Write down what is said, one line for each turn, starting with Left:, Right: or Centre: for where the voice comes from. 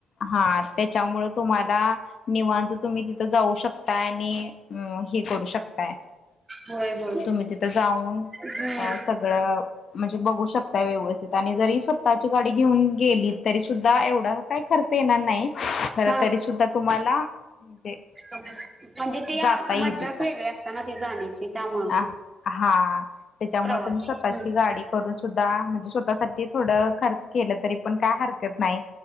Left: हा त्याच्यामुळे तुम्हाला निवांच तुम्ही तिथं जाऊ शकताय आणि अ हे करू शकताय
Right: होय होय
Left: तुम्ही तिथं जाऊन
Right: हम्म
Left: अ सगळं म्हणजे बघू शकताय व्यवस्थित आणि जरी स्वतःची गाडी घेऊन गेली तरी सुद्धा एवढा काही खर्च येणार नाही खर
Right: हा
Left: तरी सुद्धा तुम्हाला म्हणजे
Right: म्हणजे ते
Left: जाता येईल
Right: मज्जाच
Left: तिथं
Right: वेगळे असत ना ती जाण्याची त्यामुळं
Left: अ हा त्याच्यामुळे
Right: प्रवास
Left: तुम्ही स्वतःची
Right: हम्म
Left: गाडी कर सुद्धा म्हणजे स्वतःसाठी थोडं खर्च केलं तरी पण काय हरकत नाही